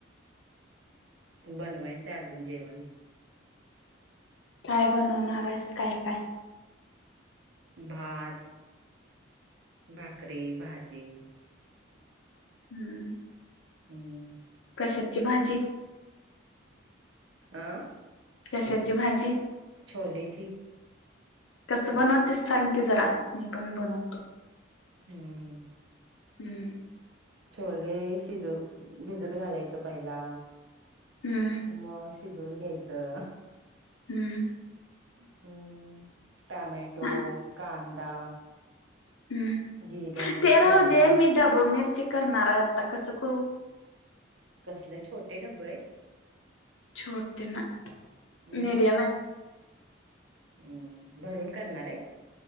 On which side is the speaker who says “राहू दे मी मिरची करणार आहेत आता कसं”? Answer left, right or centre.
Left